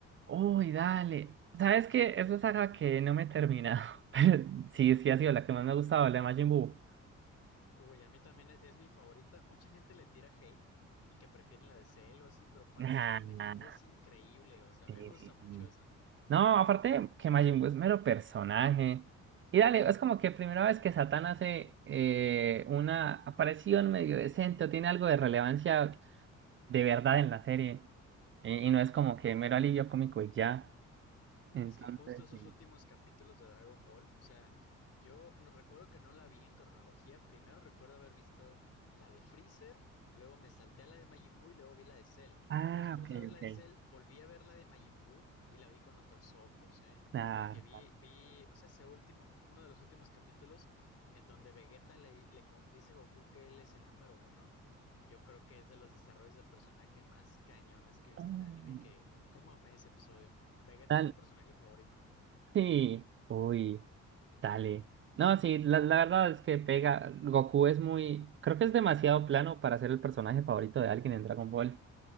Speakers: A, on the right; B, on the left.
A: Uy, dale. ¿Sabes qué? Es una saga que no me he terminado. <laughs> Pero sí, sí ha sido la que más me ha gustado, la de Majin Buu.
B: Uy, a mí también es, es mi favorita. Mucha gente le tira hate y que prefieren la de Cell o así, pero para
A: Nah,
B: mí la de
A: Mm,
B: Majin Buu es increíble. O sea,
A: sí,
B: a mí me gusta
A: sí,
B: mucho
A: sí.
B: esa.
A: No, aparte que Majin Buu es mero personaje. Y dale, es como que primera vez que Satán hace eh, una aparición medio decente o tiene algo de relevancia de verdad en la serie. Y, y no es como que mero alivio cómico y ya. Entonces,
B: Es que justo esos
A: sí.
B: últimos capítulos de Dragon Ball, o sea, yo no, recuerdo que no la vi en cronología. Primero recuerdo haber visto la de Freezer, luego me salté a la de Majin Buu y luego vi la de Cell.
A: Ah,
B: Pero después
A: ok,
B: de ver la
A: ok.
B: de Cell, volví a ver la de Majin Buu y la vi con otros ojos, ¿eh?
A: Claro.
B: Porque vi, vi, o sea, ese último, uno de los últimos capítulos en donde Vegeta le, le confiesa a Goku que él es el número uno. Yo creo que es de los desarrollos de personaje más cañones que he visto
A: claro. Mm,
B: en el anime y que, ¿cómo amé ese episodio? Vegeta
A: dale.
B: es mi personaje favorito,
A: Sí, uy, dale. No, sí, la, la verdad es que pega. Goku es muy. Creo que es demasiado plano para ser el personaje favorito de alguien en Dragon Ball.